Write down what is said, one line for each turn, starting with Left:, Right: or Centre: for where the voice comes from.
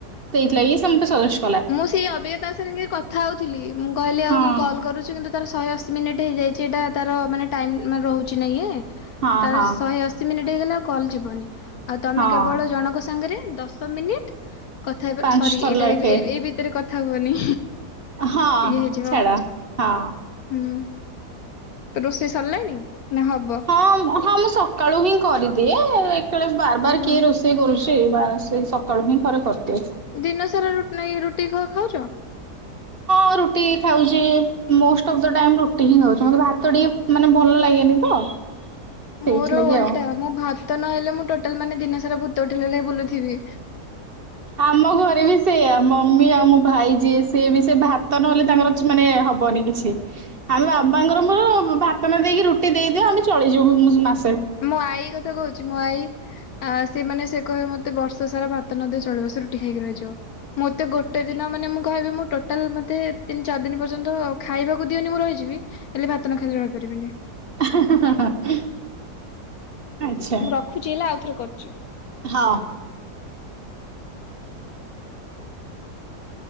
Right: ସେଇଥିଲାଗି ସିଏ ମତେ ସଜେଷ୍ଟ କଲା
Left: ମୁଁ ସେଇ ଅବିକା ତା ସାଙ୍ଗେ କଥା ହଉଥିଲି -ମୁଁ କହିଲି ଆଉ
Right: ହଁ
Left: ମୁଁ କଲ୍ କରୁଛି, କିନ୍ତୁ ତାର ଶହେ ଅଶୀ ମିନିଟ୍ ଏଟା ତାର ମାନେ ଟାଇମ ରହୁଛି ନା ଇଏ,
Right: ହଁ
Left: ତ
Right: ହଁ
Left: ଶହେ ଅ ଆଉ କଲ ଯିବନି ଆଉ ତମେ
Right: ହଁ
Left: କେବଳ ଜଣଙ୍କ ସାଙ୍ଗରେ ଦଶ ମିନିଟ କଥା ହେ,
Right: ପାଞ୍ଚ
Left: ସରି
Right: ଥର
Left: ଏଇଟା
Right: ଲାଖେ
Left: ଏ ଏଇ ଭିତରେ କଥା ହୁଅନି
Right: ହଁ
Left: ଇଏ
Right: ହଁ
Left: ହେଇଯିବ।
Right: ଛାଡ, ହଁ
Left: ହୁଁ ତ ରୋଷେଇ ସରିଲାଣି, ନା ହବ---?
Right: ହଁ ହଁ ମୁଁ ସକାଳୁ ହିଁ କରିଦିଏ, ଏକ ବାର ବାର
Left: ଓହୋ
Right: କିଏ ରୋଷେଇ କରୁଛି? ସେ ବା ସେ ସକାଳୁ ହିଁ ଥରେ କରିଦିଏ ।
Left: ଦିନ ସାରା ନାଇ ରୁଟି ଖାଉଛ?
Right: ହଁ ରୁଟି ଖାଉଛି ମୋଷ୍ଟ ଅଫ୍ ଦ ଟାଇମ ରୁଟି ହିଁ ଖାଉଛି ମତେ ଭାତ ଟିକେ ମାନେ ଭଲ ଲାଗେନି ତ
Left: <inaudible>
Right: ସେଇଥିଲାଗି
Left: ମୋର ଓଲଟା
Right: ଆଉ।
Left: ମୁଁ ଭାତ ନହେଲେ, ମୁଁ ଟୋଟାଲ ମାନେ ଦିନ ସାରା ଭୂତ ଉଠେଇଲା ଭଳିଆ ବୁଲୁଥିବି ।
Right: ଆମ ଘରେ ବି ସେଆ ମମି ଆଉ ମୋ ଭାଇ ଯିଏ ସିଏ ବି ସେ ଭାତ ନହଲେ ତାଙ୍କର ମାନେ ହବନି କିଛି, ଆମେ ବାବାଙ୍କର ମୋର ଭାତ ନ ଖାଇକି ରୁ ଦେଇଦିଅ ଆମେ ଚଳିଯିବୁ ।
Left: ମୋ ଆଈ କଥା କହୁଛି, ମୋ ଆଈ ସେମାନେ ସେ କହେ ମତେ ମତେ ବର୍ଷସାରା ଭାତ ନଦିଅ ଚଳିବ । ରୁଟି ଖାଇକି ରହିିଯିବ, ମୋତେ ଗୋଟେ ଦିନ ମାନେ ମୁଁ କହିବି- ମୁଁ ଟୋଟାଲ ମୋତେ ତିନ ଚାରି ଦିନ ପର୍ଯ୍ୟନ୍ତ ଖାଇବାକୁ ଦିଅନି ମୁଁ ରହିଯିବି, ହେଲେ ଭାତ ନ ଖାଇକି ରହିପାରିବିନି ।
Right: <unintelligible> ଆଚ୍ଛା
Left: ମୁଁ ରଖୁଛି ହେଲା ଆଉଥରେ କରୁଛି ।
Right: ହଁ